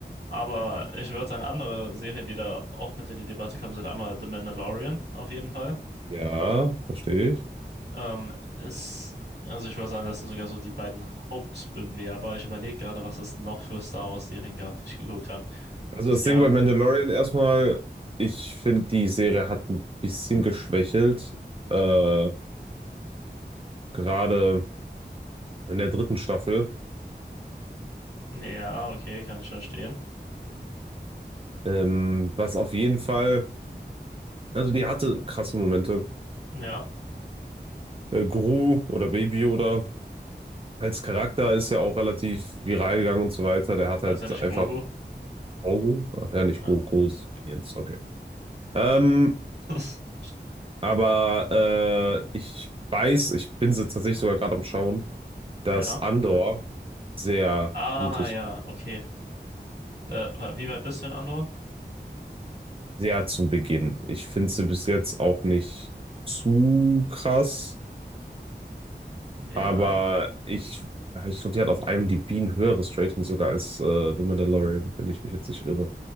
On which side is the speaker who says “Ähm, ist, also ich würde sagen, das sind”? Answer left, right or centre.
Right